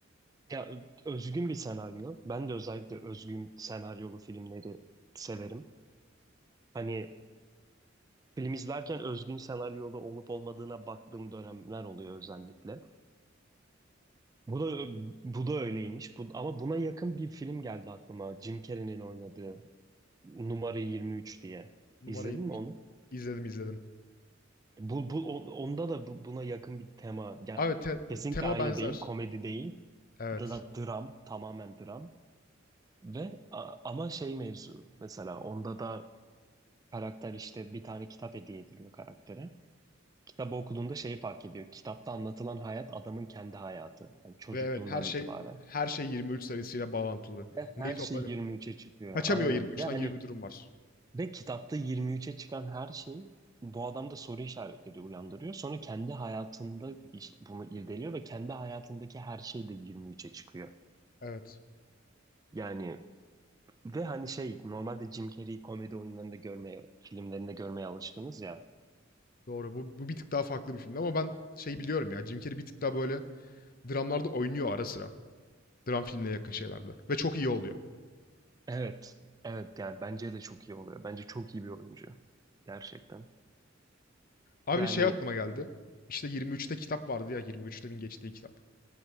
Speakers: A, on the right; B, on the left.
A: Ya ö- özgün bir senaryo. Ben de özellikle özgün senaryolu filmleri severim. Hani film izlerken özgün senaryolu olup olmadığına baktığım dönemler oluyor özellikle. Bu da ö- bu da öyleymiş. Bu, ama buna yakın bir film geldi aklıma. Jim Carrey'nin oynadığı Numara 23 diye.
B: Numara
A: İzledin
B: 23.
A: mi onu?
B: İzledim izledim.
A: Bu, bu on- onda da bu- buna yakın bir tema. Ya,
B: Abi te-
A: kesinlikle
B: tema
A: aynı
B: benzer.
A: değil, komedi değil.
B: Evet.
A: Dra- dram, tamamen dram ve a- ama şey mevzu mesela onda da karakter işte bir tane kitap hediye ediliyor karaktere. Kitabı okuduğunda şeyi fark ediyor. Kitapta anlatılan hayat adamın kendi hayatı. Yani çocukluğundan
B: Ve evet her şey
A: itibaren.
B: her şey 23 sayısıyla bağlantılı.
A: Ve
B: Neyi
A: her
B: toplanıyor?
A: şey 23'e çıkıyor.
B: Kaçamıyor
A: Aynen.
B: 23'ten
A: Ve hani
B: gibi bir durum var.
A: ve kitapta 23'e çıkan her şey bu adamda soru işaretleri uyandırıyor. Sonra kendi hayatında iş- bunu irdeliyor ve kendi hayatındaki her şey de 23'e çıkıyor.
B: Evet.
A: Yani Ve hani şey normalde Jim Carrey'i komedi oyunlarında görmeye, filmlerinde görmeye alışkınız ya.
B: Doğru. Bu, bu bir tık daha farklı bir film. Ama ben şey biliyorum ya. Jim Carrey bir tık daha böyle dramlarda oynuyor ara sıra. Dram filmine yakın şeylerde. Ve çok iyi oluyor.
A: Evet. Evet yani bence de çok iyi oluyor. Bence çok iyi bir oyuncu. Gerçekten.
B: Abi
A: Yani
B: şey aklıma geldi. İşte 23'te kitap vardı ya 23'lerin geçtiği kitap.